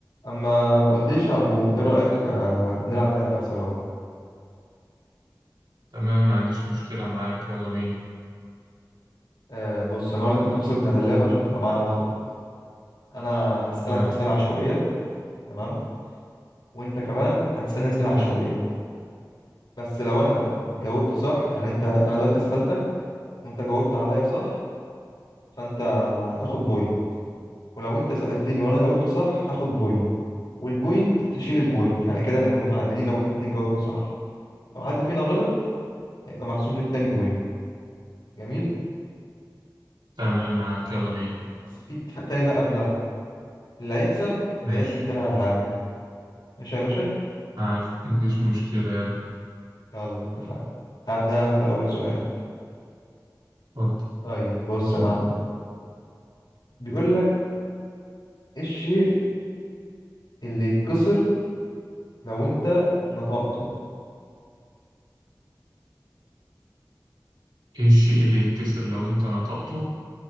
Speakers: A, on the left; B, on the right.
A: اما ما قلتليش يا عبود ايه رايك آه، نلعب لعبه سوا
B: تمام ما عنديش مشكلة معاك يلا بينا
A: آه، بص انا هقول لك التفاصيل بتاعه اللعبه عشان تبقى معايا على الخط انا هسالك
B: تمام
A: اسئله عشوائيه تمام وانت كمان هتسالني اسئله عشوائيه بس لو انا جاوبت صح يعني انت انا دلوقتي سالتك وانت جاوبت عليا صح فانت هتاخد بوينت ولو انت سالتني وانا جاوبت صح هاخد بوينت والبوينت تشيل البوينت يعني كده نبقى متعادلين لو احنا الاتنين جاوبنا صح لو حد فينا غلط هيبقى محسوب للتاني بوينت جميل
B: تمام معاك يلا بينا
A: بس في اتفاق تاني بقى قبلها اللي هيكسب
B: ماشي
A: هيعزم التاني على حاجة ماشي يا باشا
B: معاك مفيش مشكلة يلا
A: يلا اتفقنا هبدأ أنا معاك بأول سؤال
B: اتفضل
A: طيب بص يا معلم بيقول لك إيه الشيء اللي يتكسر لو أنت نطقته
B: ايه الشيء اللي يتكسر لو انت نطقته